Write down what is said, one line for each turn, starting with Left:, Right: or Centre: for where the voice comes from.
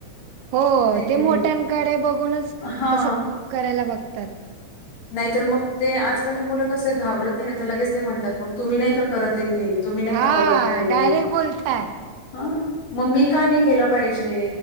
Right: हो
Left: हे की
Right: ते मोठ्यांकडे
Left: नाही
Right: बघूनच
Left: हा
Right: तसं करायला बघतात
Left: नाहीत तर मग ते आजकालचे मुलं कस घाबरत नाही ते लगेच ते म्हणतात मग तुम्ही नाही का करत हे तुम्ही नाही
Right: हा
Left: का बघत हे
Right: डायरेक्ट बोलतात
Left: ह मग मी का नाही केलं. पाहिजे